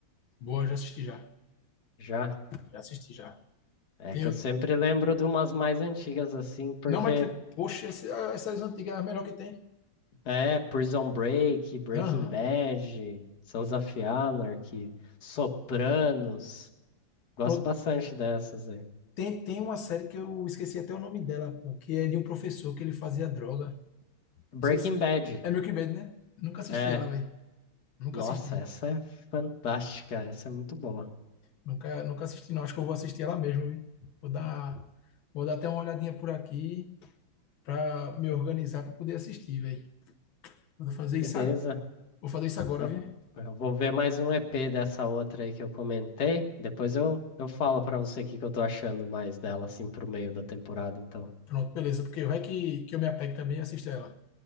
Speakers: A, on the left; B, on the left.
A: Boa, já assisti já.
B: Já.
A: Já assisti já.
B: É
A: Tem
B: que
A: o-
B: eu sempre lembro de umas mais antigas assim, porque
A: Não, mas, tem- poxa, esse- as séries antigas é a melhor que tem.
B: é Prison Break, Breaking
A: Aham.
B: Bad, Sons of Anarchy, Sopranos. Gosto
A: Pronto.
B: bastante dessas aí.
A: Tem, tem uma série que eu esqueci até o nome dela, pô, que é de um professor que ele fazia droga.
B: Breaking
A: Esqueci.
B: Bad.
A: É Milk Bad, né? Nunca assisti
B: É.
A: ela, velho. Nunca
B: Nossa,
A: assisti.
B: essa é fantástica, essa é muito boa.
A: Nunca, nunca assisti, não. Acho que eu vou assistir ela mesmo, viu? Vou dar, vou dar até uma olhadinha por aqui para me organizar para poder assistir, velho. Vou fazer
B: Beleza.
A: isso, ag- vou fazer isso agora,
B: Eu,
A: viu?
B: eu vou ver mais um EP dessa outra aí que eu comentei. Depois eu, eu falo pra você o que que eu tô achando mais dela, assim, pro meio da temporada, então.
A: Pronto, beleza. Porque vai que, que eu me apego também e assisto ela.